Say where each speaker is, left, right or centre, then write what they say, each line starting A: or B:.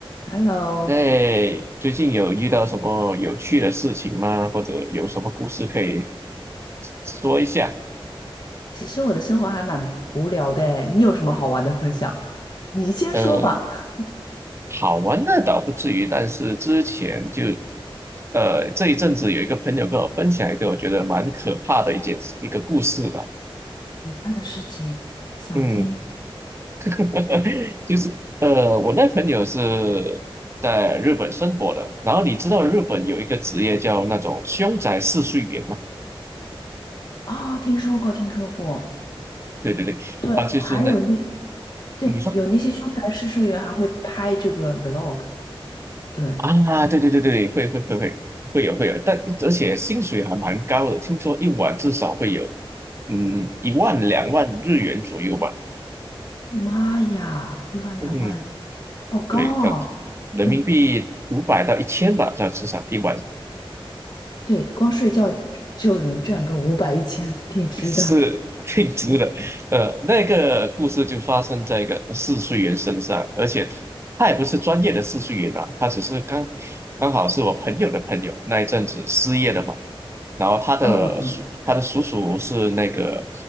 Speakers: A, on the left; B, on the right.
A: Hello，
B: 哎，最近有遇到什么有趣的事情吗？或者有什么故事可以说一下？
A: 其实我的生活还蛮无聊的诶，你有什么好玩的分享吗？你先说吧。
B: 呃，
A: <laughs>
B: 好玩的倒不至于，但是之前就，呃，这一阵子有一个朋友跟我分享一个我觉得蛮可怕的一件一个故事吧。
A: 他的事情想听，
B: 嗯，<laughs> 就是呃，我那朋友是在日本生活的，然后你知道日本有一个职业叫那种凶宅试睡员嘛？
A: 哦，听说过，听说过。
B: 对对对，
A: 对，
B: 他就是那。
A: 还有那，对，
B: 你说。
A: 有那些凶宅试睡员还会拍这个 vlog。对，
B: 啊，对对对对，会会会会会有会有，但而且薪水还蛮高的，听说一晚至少会有嗯一万两万日元左右吧，
A: 妈呀，一万两万，
B: 嗯，
A: 好高哦。
B: 对，这样人民币五百到一千吧，
A: 嗯，
B: 这样至少一晚。
A: 对，光睡觉就能赚个五百一千，一千挺值的。
B: <laughs> 是挺直的。呃，那个故事就发生在一个试睡员身上，而且他也不是专业的试睡员啊，他只是刚刚好是我朋友的朋友，那一阵子失业了嘛。然后他的叔，
A: 嗯，
B: 他的叔叔是那个